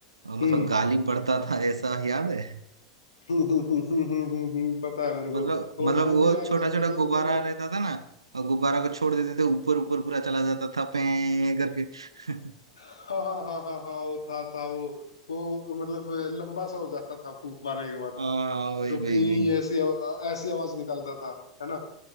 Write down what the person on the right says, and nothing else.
अ, मतलब
गाली पड़ता था ऐसा याद है
मतलब
मतलब
वो
छोटा
छोटा
गुब्बारा
रहता था ना और गुब्बारा को छोड़ देते थे ऊपर ऊपर पूरा चला जाता था पे करके <laughs>
हाँ
वही
वही
वही